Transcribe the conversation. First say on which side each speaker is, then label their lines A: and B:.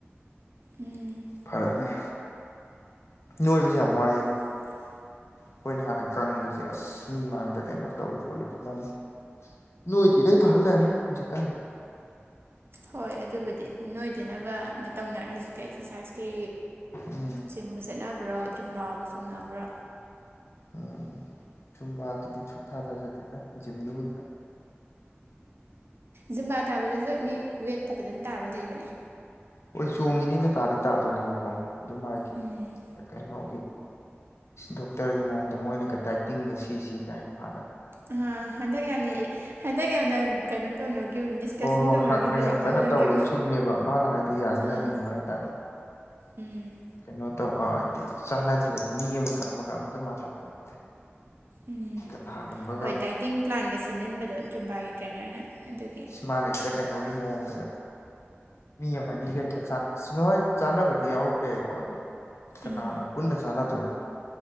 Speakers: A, on the right (about 60°); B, on the left (about 80°).
A: ꯎꯝ꯫
B: ꯐꯔꯛꯅꯤ ꯅꯣꯏꯕꯖꯦ ꯌꯥꯝ ꯋꯥꯏꯌꯦ꯫
A: ꯌꯥꯝ ꯋꯥꯏ꯫
B: ꯑꯈꯣꯏꯅ ꯍꯥꯟꯅ ꯀꯪꯕꯖꯦ ꯑꯁ ꯃꯤ ꯃꯥꯡꯗ ꯀꯩꯅꯣ ꯇꯧꯏ ꯈꯣꯠꯂꯤ ꯈꯜꯂꯝꯃꯤ꯫ ꯅꯣꯏꯗ꯭ꯔꯤꯒꯩ ꯐꯥ ꯂꯩꯍꯝꯃꯦ ꯍꯧꯖꯤꯛꯀꯥꯟ꯫
A: ꯍꯣꯏ ꯑꯗꯨꯕꯨꯗꯤ ꯅꯣꯏꯗꯅꯕꯅ ꯇꯧꯅꯔꯦ ꯍꯧꯖꯤꯛꯇꯤ ꯑꯦꯛꯁꯔꯁꯥꯏꯁ꯫ ꯇꯤ
B: ꯎꯝ
A: ꯖꯤꯝꯕꯨ ꯆꯠꯅꯕ꯭ꯔꯣ ꯖꯨꯝꯕꯥꯕꯨ ꯆꯣꯡꯅꯕ꯭ꯔꯣ꯫
B: ꯎꯝ ꯆꯨꯝꯕꯥꯗꯨꯗꯤ ꯁꯨꯛꯊꯥ ꯊꯥꯖꯗꯦꯗ ꯖꯤꯝꯗꯨꯕꯨꯗꯤ ꯐꯩ꯫
A: ꯖꯨꯝꯕꯥ ꯇꯥꯕꯗꯖꯨ ꯃꯤ ꯋꯦꯠꯇ ꯐꯖꯅ ꯇꯥꯕ ꯂꯩꯕꯅꯦ꯫
B: ꯍꯣꯏ ꯆꯣꯡꯉꯤꯅꯤꯅ ꯇꯥꯗꯤ ꯇꯥꯗꯣꯏꯅꯦꯕꯀꯣ ꯑꯗꯨꯝ ꯃꯥꯒꯤ_
A: ꯎꯝ
B: _ ꯀꯩꯅꯣꯒꯤ ꯗꯣꯛꯇꯔꯒꯤ ꯃꯑꯣꯡꯗ ꯃꯣꯏꯅꯒ ꯗꯥꯏꯇꯤꯡꯒ ꯁꯤꯁꯤ ꯀꯥꯏꯅ ꯃꯥꯥꯟꯅ
A: ꯑ ꯍꯟꯗꯛ ꯌꯥꯝꯅ ꯏ ꯍꯟꯗꯛ ꯌꯥꯝꯅ ꯀꯩꯅꯣ ꯇꯧꯅꯈꯤꯕꯅꯦ ꯗꯤꯁꯀꯁꯟ
B: ꯍꯣꯏ ꯍꯣꯏ
A: ꯇꯧꯅꯈꯤꯕꯅꯦ
B: ꯍꯥꯛꯅ ꯌꯥꯝ
A: ꯉꯥꯡꯅꯈꯤꯕ
B: ꯀꯟꯅ ꯇꯧꯔꯤ ꯆꯨꯝꯃꯦꯕ ꯃꯥꯅ ꯍꯥꯏꯗꯣ ꯌꯥꯁꯨ
A: ꯑꯥ
B: ꯌꯥꯅꯤꯡꯕ ꯍꯥꯏꯇꯥꯔꯦ
A: ꯎꯝ
B: ꯀꯩꯅꯣ ꯇꯧ ꯍꯥꯏꯗꯤ ꯆꯥꯟꯅꯗꯦꯕ ꯃꯤ ꯑꯃꯒ ꯑꯃꯒ ꯑꯝꯇ ꯃꯥꯟꯅꯕ ꯅꯠꯇꯦ꯫
A: ꯎꯝ
B: ꯀꯅꯥꯒꯨꯝꯕꯒ
A: ꯍꯣꯏ ꯗꯥꯏꯇꯤꯡ ꯄ꯭ꯂꯥꯟꯒ ꯁꯤꯟꯖꯟꯕꯗꯣ ꯖꯨꯝꯕꯥꯒꯤ ꯇ꯭ꯔꯦꯅꯔꯅ ꯑꯗꯨꯒꯤ
B: ꯃꯥꯟꯅꯁꯤꯗ ꯀꯩꯅꯣꯒꯤ ꯃꯑꯣꯡꯗꯒꯥ ꯃꯤ ꯑꯃꯅꯤ ꯑꯒ ꯍꯦꯛꯇ ꯆꯥ ꯆꯠꯂꫭ ꯍꯣꯏ ꯆꯥꯅꯕꯗꯤ ꯌꯥꯎꯔꯛꯄ ꯌꯥꯏꯀꯣ ꯑꯗꯣ ꯀꯅꯥꯅ
A: ꯎꯝ
B: ꯄꯨꯟꯅ ꯆꯥꯟꯅꯗꯣꯏꯔꯣ